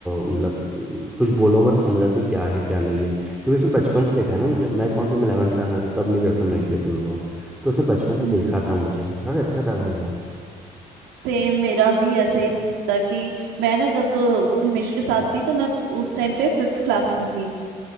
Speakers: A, in the centre; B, on the right (about 85°).
A: मतलब अम, कुछ बोलो मैं तो समझ आती है क्या है क्या नहीं है क्योंकि उसने बचपन से देखा है ना मुझे मैं कौन से मैं इलेवंथ क्लास में था तब मेरी गर्लफ्रेंड बनी थी अपूर्वा तो उसने बचपन से
B: हम्म
A: देखा था मुझे तो काफी अच्छा था भाई वो
B: सेम मेरा भी ऐसा ही था कि मैं ना जब अ, हिमेश के साथ थी तो मैं उस टाइम पे फिफ्थ क्लास में थी